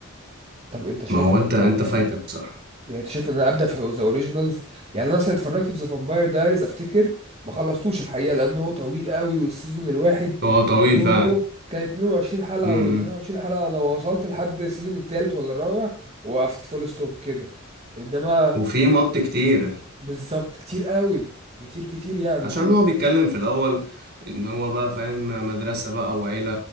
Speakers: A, on the right (about 30°); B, on the right (about 50°).
A: طب انت شايف
B: ما هو
A: ان
B: انت انت فايتك بصراحه
A: يعني انت شايف ان انا ابدا في ذا اوريجينالز يعني انا مثلا اتفرجت في ذا فامباير دايريز افتكر ما خلصتوش الحقيقه لانه طويل قوي والسيزون الواحد
B: هو طويل
A: يو
B: فعلا
A: كان 22 حلقه
B: امم
A: ولا 23 حلقه انا وصلت لحد السيزون الثالث ولا الرابع وقفت فول ستوب كده انما
B: وفي مط كتير
A: بالظبط كتير قوي كتير كتير يعني
B: عشان
A: الحقيقة
B: هو بيتكلم في الاول ان هو بقى فاهم مدرسه بقى وعيله